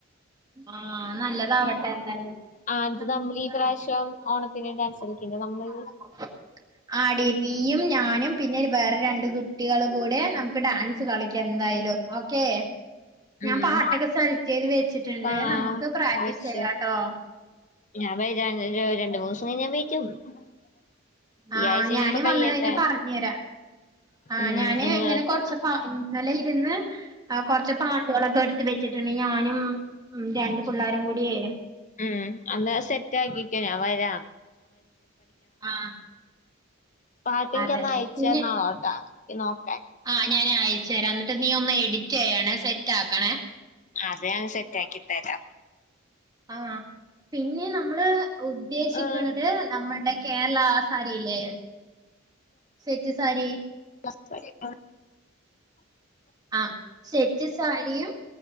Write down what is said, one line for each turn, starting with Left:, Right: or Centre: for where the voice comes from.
Right: ആ നല്ലതാവട്ടെ എന്തായ
Left: ആ
Right: <unintelligible>
Left: ഇത് നമ്മൾ ഈ പ്രാവശ്യം ഓണത്തിന് ഡാൻസ് കളിക്കില്ലേ നമ്മള്
Right: ആടി നീയും ഞാനും പിന്നെ വേറെ രണ്ട് കുട്ടികളും കൂടെനമുക്ക് ഡാൻസ് കളിക്കാം എന്തായാലും ഓക്കേ ഞാൻ
Left: ഉം
Right: പാട്ടൊക്കെ സെലക്ട് ചെയ്ത് വെച്ചി ണ്ട്
Left: ആ
Right: നമുക്ക് പ്രാക്റ്റീസ്
Left: വെച്ച്
Right: ചെയ്യാംട്ടോ
Left: ഞാൻ വരാം <unintelligible> രണ്ട് മൂന്ന് ദിവസം കഴിഞ്ഞാ ഞാൻ വരും <unintelligible>
Right: ആ
Left: ഈ ആഴ്ച ഇനിയിപ്പോ
Right: ഞാന്
Left: കഴിയട്ടെ
Right: വന്ന് കഴിഞ്ഞ പറഞ്ഞ് തരാംആ
Left: ഉം
Right: ഞാന്
Left: നിങ്ങളെത്തും
Right: ഇങ്ങനെ കൊറച്ച് ഇന്നലെ ഇരുന്ന് കൊറച്ച് പാട്ടുകളൊക്കെ എടുത്ത് വെച്ചിട്ടുണ്ടെങ്കിൽ ഞാനും ഉം രണ്ട് പിള്ളേരും കൂടിയേ
Left: ഉ അന്നാ സെറ്റ് ആക്കിക്കോ ഞാൻ വരാ
Right: ആ
Left: പാട്ട് എനിക്കൊന്ന്
Right: അതെ
Left: അയച്ചു
Right: പിന്നെ
Left: തന്നോളാട്ടാ എനിക്ക് നോക്കാൻ
Right: ആ ഞാൻ അയച്ചു തരാം എന്നിട്ട് നീ ഒന്ന് എഡിറ്റ് ചെയ്യ സെറ്റ് ആക്കണേ
Left: അത് ഞാൻ സെറ്റ് ആക്കി തരാം
Right: ആഹ് പിന്നെ നമ്മള് ഉദ്ദേശിക്കണത്
Left: ആഹ്
Right: നമ്മടെ കേരള ആ സാരിയില്ലേ സെറ്റ് സാരി
Left: <inaudible>
Right: ആഹ് സെറ്റ് സാരിയും